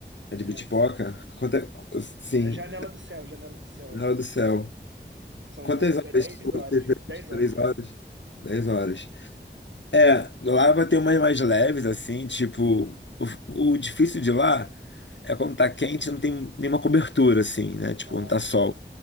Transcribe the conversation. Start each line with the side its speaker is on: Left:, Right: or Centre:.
Left: É
Right: Conhece?
Left: De Bitipoca? Quanta, sim,
Right: É a Janela do Céu, Janela do Céu.
Left: na hora do céu.
Right: São
Left: Quantas
Right: do,
Left: horas?
Right: é dez
Left: Você
Right: horas de,
Left: fez?
Right: 10
Left: Três
Right: horas de
Left: horas?
Right: trilha.
Left: Dez
Right: dez
Left: horas.
Right: horas.
Left: É, lá vai ter umas mais leves, assim, tipo, o, o difícil de lá é quando tá quente e não tem nenhuma cobertura, assim, né? Tipo,
Right: Nossa,
Left: não tá sol.
Right: pô.